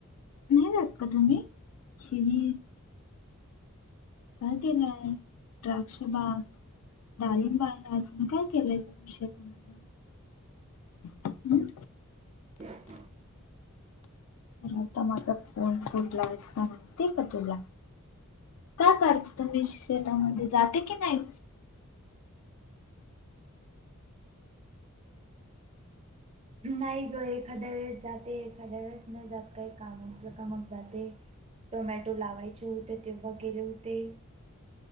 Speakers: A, on the left (about 75°); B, on the right (about 30°).
A: नाही जात का? तुम्ही शेती काय केलंय? द्राक्ष बाग. डाळिंब आन अजून काय केलंय तुम्ही शेतात? हम्.
B: <inaudible>
A: अरे आता माझा फोन फुटला असता माहितीय का तुला? का तर तुम्ही शेतामध्ये जाते की नाही?
B: नाही गं एखाद्या वेळेस जाते एखाद्या वेळेस नाही जात काही काम असलं का मग जाते. टोमॅटो लावायचे होते तेव्हा गेले होते.